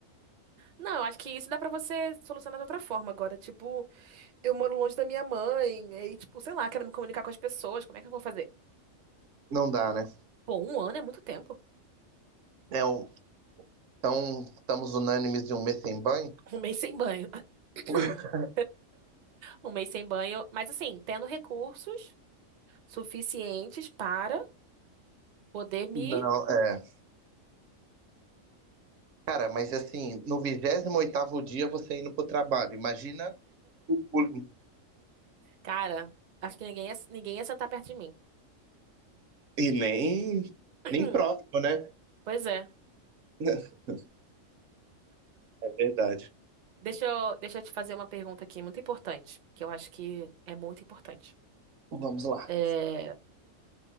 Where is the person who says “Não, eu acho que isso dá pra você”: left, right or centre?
Right